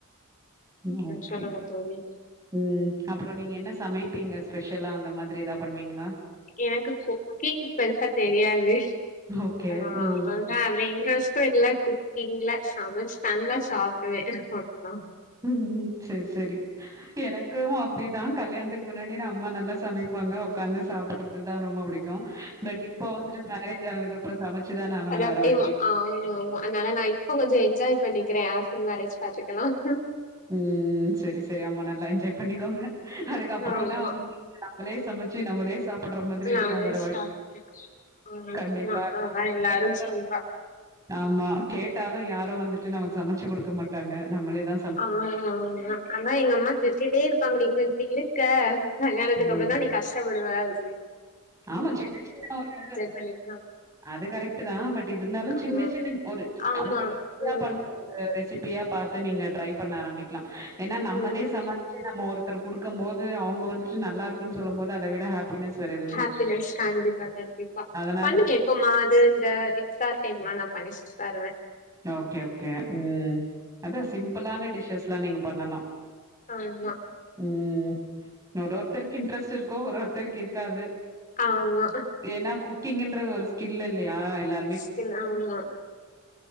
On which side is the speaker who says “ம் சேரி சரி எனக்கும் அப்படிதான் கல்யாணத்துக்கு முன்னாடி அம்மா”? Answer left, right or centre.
Right